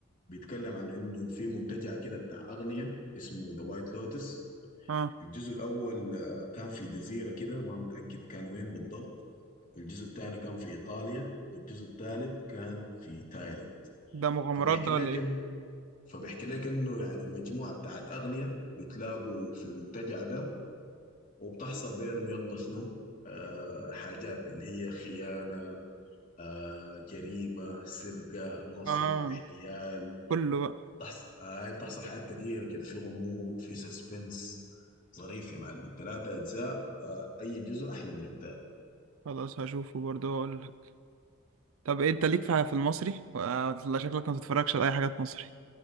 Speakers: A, on the left; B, on the right.
A: بيتكلم عن إنه في منتجع كده بتاع أغنية اسمه ذا وايت لوتس
B: اه
A: الجزء الأول آه، كان في جزيرة كده ما متأكد كان وين بالضبط والجزء الثاني كان في إيطاليا والجزء الثالث كان في تايلاند
B: ده مغامرات
A: فبيحكي
B: ده
A: لك
B: ولا ايه
A: فبيحكي لك انه يعني مجموعه بتاعت اغنياء بتلاقوا في المنتجع ده وبتحصل بينهم يلا شنو آه حاجات اللي هي خيانه آه جريمه سرقه نصب
B: اه
A: احتيال
B: كله بقى
A: بتحصل آه هاي بتحصل حاجات كتيره كده في غموض في سسبنس ظريف يا معلم ثلاثة أجزاء آه أي جزء أحلى من التاني
B: خلاص هشوفه برضه هقول لك طب إيه انت ليك في في المصري ولا شكلك ما تتفرجش على اي حاجات مصري